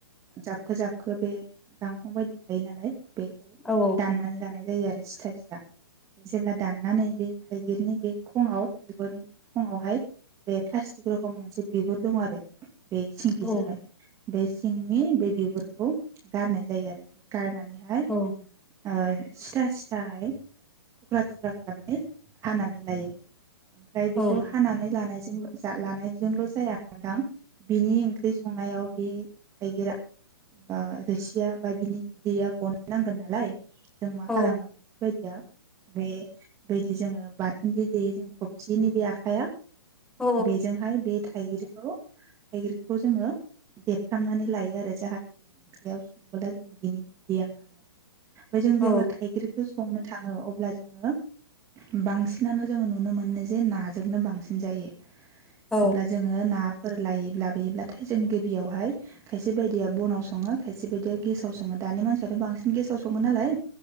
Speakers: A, on the right; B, in the centre.
A: जाबखो जाबखो बे गांखं बायदि थायो नालाय। बेखौ
B: औ
A: दाननानै जानाय जायो आरो सिथा सिथा जेब्ला दाननानै बे थाइगिरनि बे खङाव थाइगिरनि खङावहाय बे प्लस्टिक रखम मोनसे बिगुर दं आरो बे बे
B: औ
A: जाहाय बे सिंनि बे बिगुरखौ गारनाय जायो आरो गारनानै हाय
B: औ
A: ओ सिथा सिथाहाय, थुख्रा थुख्रा खालामनानै हानानै लायो ओमफ्राय
B: औ
A: बेखौ हानानै लानायजोंल' दा लानायजोंल' जाया नोंथां बेनि ओं ख्रि संनायाव बे थाइगिरा बा रोसिया बा बिनि बिदैया गनो नांगोन नालाय। जों मा
B: औ
A: खालामो खायसे बायदिया बे बेदि जोङो बाथोन दे देयो जों थबसिनि बे आखाइया
B: औ
A: बेजोंहाय बे थाइगिर औ थाइगिर खौ जोङो देफ्रामनानै लायो आरो जाहाथे जोङो ओंख्रियाव संबोला जोङो बिनि बिदैया ओंखारनाय ओमफ्राय जों
B: औ
A: जेब्ला थाइगिरखो संनो थाङो अब्ला जोङो बांसिनानो जोङो नुनो मोनो जे नाजोंनो बांसिन जायो।
B: औ
A: अब्ला जोङो नाफोर लायोब्ला लायोब्लाथाय जों गिबियावहाय खायसे बायदिया बनाव सङो खायसे बायदिया गेसाव सङो दानि मानसियाथ' बांसिन गेसाव सङो नालाय।